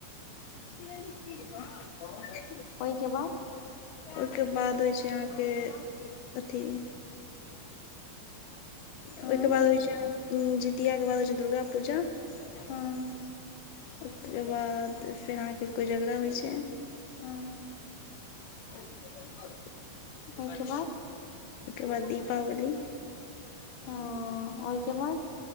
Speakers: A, on the left (about 80°); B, on the left (about 65°).
A: <inaudible>
B: ओईके बाद
A: ओईके बाद होइ छै अहाँके अथी
B: हूँ
A: ओईके बाद होइ छै जितियाके बाद होइ छै दुर्गा पूजा ओके
B: हूँ
A: बाद फेर आहाँके कोजगरा होइ छै
B: हूँ
A: ओईके
B: ओहिके बाद
A: बाद दीपावली
B: हँ ओईके बाद